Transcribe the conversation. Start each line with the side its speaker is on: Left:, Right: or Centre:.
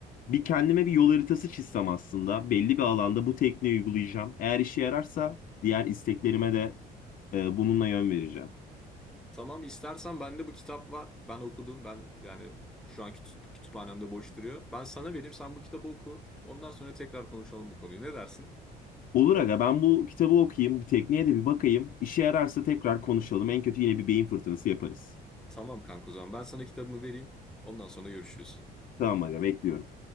Left: bir kendime bir yol haritası çizsem aslında. Belli bir alanda bu tekniği uygulayacağım. Eğer işe yararsa diğer isteklerime de e, bununla yön vereceğim.
Centre: Tamam istersen bende bu kitap var. Ben okudum. Ben yani şu an kütü- kütüphanemde boş duruyor. Ben sana vereyim sen bu kitabı oku. Ondan sonra tekrar konuşalım bu konuyu. Ne dersin?
Left: Olur aga ben bu kitabı okuyayım, bu tekniğe de bir bakayım. İşe yararsa tekrar konuşalım. En kötü yine bir beyin fırtınası yaparız.
Centre: Tamam kanka o zaman ben sana kitabımı vereyim. Ondan sonra görüşürüz.
Left: Tamam aga bekliyorum.